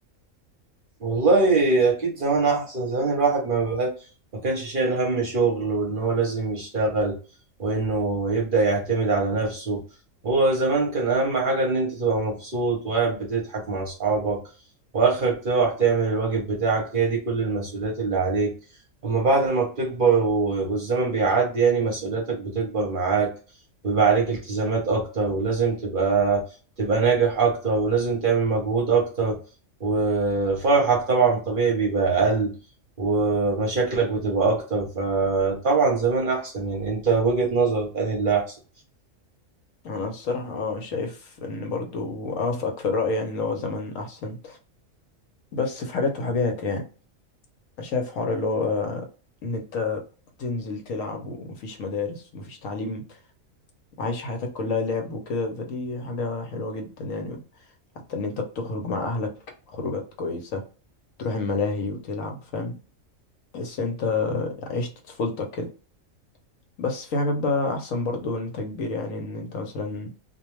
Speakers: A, on the right; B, on the left.
A: والله اكيد زمان احسن زمان الواحد ما بقى ما كانش شايل هم شغل وان هو لازم يشتغل وانه يبدأ يعتمد على نفسه هو زمان كان اهم حاجة ان انت تبقى مبسوط وقاعد بتضحك مع اصحابك واخرك تروح تعمل الواجب بتاعك هي دي كل المسؤوليات اللي عليك اما بعد ما بتكبر و- والزمن بيعدي يعني مسؤولياتك بتكبر معاك ويبقى عليك التزامات اكتر ولازم تبقى تبقى ناجح اكتر ولازم تعمل مجهود اكتر وفرحك طبعا طبيعي بيبقى أقل ومشاكلك بتبقى أكتر فطبعا زمان أحسن يعني أنت وجهة نظرك أنا اللي أحسن
B: أنا الصراحة آه، شايف إن برضو أوافقك في الرأي يعني اللي هو زمان أحسن بس في حاجات وحاجات يعني أنا شايف حوار اللي هو إن أنت تنزل تلعب ومفيش مدارس ومفيش تعليم عايش حياتك كلها لعب وكده فدي حاجة حلوة جدا يعني حتى ان انت بتخرج مع اهلك خروجات كويسة تروح الملاهي وتلعب فاهم تحس ان انت عشت طفولتك كده بس في حاجات بقى احسن برضو ان انت كبير يعني ان انت مثلا